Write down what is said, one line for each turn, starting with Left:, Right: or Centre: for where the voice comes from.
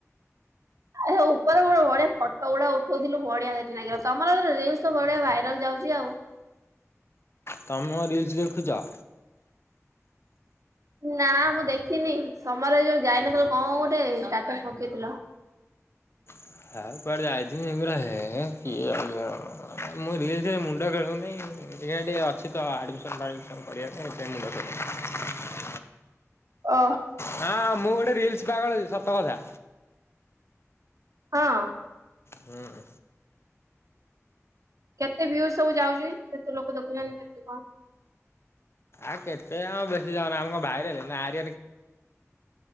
Right: ଆଛ ଉପରେ ଗୋଟେ ବଢି଼ଆ ଫଟୋ ଗୁଡା ଉଠଉଥିଲୁ ବଢିଆ ସେଠି ତମର ରିଲସ ବଢିଆ ଭାଇରାଲ ଯାଉଛି ଆଉ।
Left: ତାମ ରିଲ <inaudible>
Right: ନା ମୁଁ ଦେଖିନି ସମରେ ଯୋଉ ଯାଇନଥିଲ କଣ ଗୋଟେ ଷ୍ଟାଟସ ପକେଇଥିଲ?
Left: <inaudible> ମୁଣ୍ଡ ଖେଳଉନାଇଁ <unintelligible> ଅଛି ତ ଆଡମିସନ ଫାଡ଼ମିସନ୍ କରିବା ପାଇଁ ଏ ମୁଣ୍ଡ
Right: ଓ
Left: ହଁ ମୁଁ ଗୋଟେ ରିଲସ ପାଗଳ ଅଛି ସତ କଥା।
Right: ହଁ
Left: ହୁଁ
Right: କେତେ ଭ୍ୟୁ ସବୁ ଯାଉଛି କେତେ ଲୋକ ଦେଖୁଛନ୍ତି କେତେ କଣ?
Left: ଆଉ କେତେ ଆଉ ବେସି ଯାଉନା ଆମ ଭାଇରାଲ ଆ <inaudible>